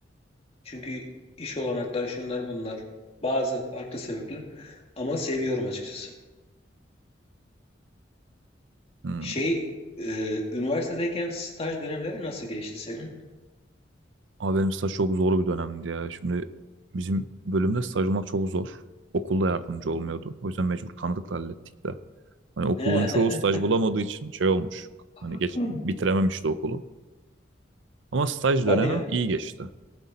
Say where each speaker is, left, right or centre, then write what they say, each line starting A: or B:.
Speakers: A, on the left; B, on the right.
A: Çünkü iş olanakları şunlar bunlar. Bazı farklı sebepler. Ama seviyorum açıkçası.
B: Hı.
A: Şey, e, üniversitedeyken staj dönemleri nasıl geçti senin?
B: Abi benim staj çok zor bir dönemdi ya. Şimdi bizim bölümde staj olmak çok zor. Okulda yardımcı olmuyordu. O yüzden mecbur tanıdıkla hallettik de. Hani okulun
A: He.
B: çoğu staj bulamadığı için şey olmuş. Hani
A: <laughs>
B: geç bitirememişti okulu. Ama staj
A: Hadi
B: dönemim
A: ya.
B: iyi geçti.